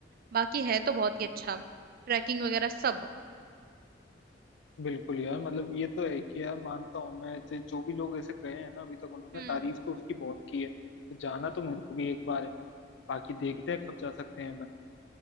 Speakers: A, on the right; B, on the left.
A: बाकी है तो बहुत ही अच्छा ट्रैकिंग वगैरह सब
B: बिल्कुल यार मतलब ये तो है कि यार मानता हूँ मैं जे- जो भी लोग ऐसे गए हैं ना अभी तक उन्होंने
A: हम्म
B: तारीफ तो उसकी बहुत की है तो जाना तो मेरे को भी एक बार है बाकी देखते हैं कब जा सकते हैं अपन